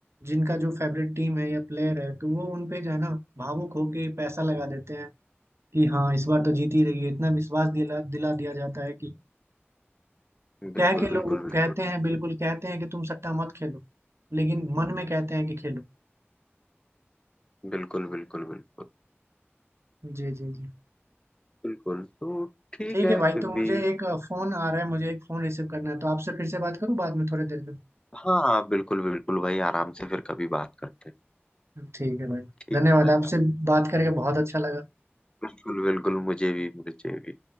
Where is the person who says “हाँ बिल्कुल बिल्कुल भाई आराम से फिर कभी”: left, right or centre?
Left